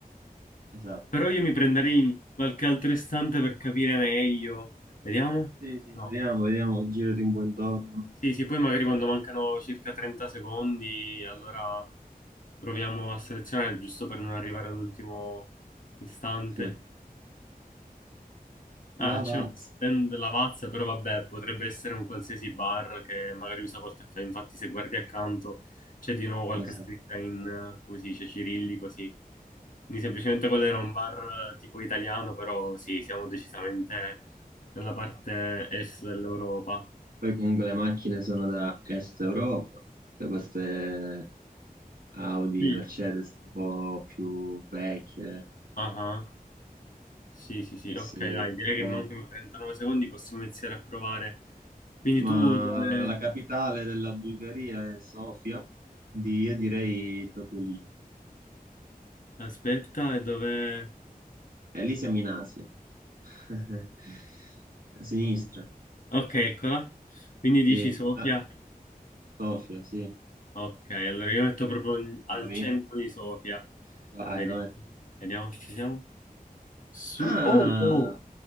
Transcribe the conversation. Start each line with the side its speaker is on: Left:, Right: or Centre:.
Right: Esatto.
Left: però io mi prenderei qualche altro istante per capire meglio. Vediamo?
Right: Sì, sì,
Left: No.
Right: vediamo, vediamo, girati un po' intorno.
Left: Sì, sì, poi magari quando mancano circa 30 secondi, allora proviamo a selezionare giusto per non arrivare all'ultimo istante.
Right: Sì,
Left: Ah,
Right: Lavazza.
Left: c'è uno stand Lavazza, però vabbè, potrebbe essere un qualsiasi bar che magari usa quel caffè. Infatti, se guardi accanto c'è di nuovo qualche
Right: Esatto.
Left: scritta in, eh, come si dice, cirillico, sì. Quindi semplicemente quello era un bar eh, tipo italiano, però sì, siamo decisamente nella parte est dell'Europa.
Right: Poi comunque le macchine sono da Est Europa, tutte queste Audi,
Left: Mm.
Right: Mercedes un po' più vecchie,
Left: Ah, Sì, sì, sì,
Right: sì,
Left: ok, dai, direi
Right: Golf.
Left: che mancano 39 secondi, possiamo iniziare a provare. Quindi
Right: Ma
Left: tu dove...
Right: la capitale della Bulgaria è Sofia, di- io direi proprio lì.
Left: Aspetta, e dove...
Right: E lì siamo in Asia, <laughs> a sinistra,
Left: Ok, eccola. Quindi dici
Right: lì,
Left: Sofia.
Right: Ah, Sofia, sì,
Left: Ok, allora io metto proprio in- al
Right: Siamo lì.
Left: centro di Sofia.
Right: vai,
Left: Vediamo,
Right: vai.
Left: vediamo se ci siamo. Su.
Right: Ah,
Left: Oh, oh.